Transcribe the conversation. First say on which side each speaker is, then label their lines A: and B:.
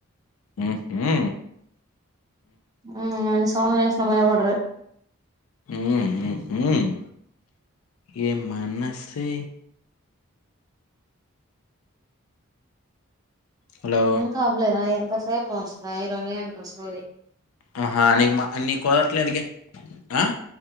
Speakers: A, on the left (about 80°); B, on the right (about 15°).
A: ఉహు
B: ఉం గన్ని సౌండ్లు చేస్ సమయ పడరే
A: ఉం ఉమ్మ్ ఉమ్ ఏ మన స్సే హలో
B: ఇంకా అవ్లే దా అ య సే పోచ్చిన ఈరోజేంటో సోది
A: అ హా నీ మ నీ కోదట్లేందుకె అ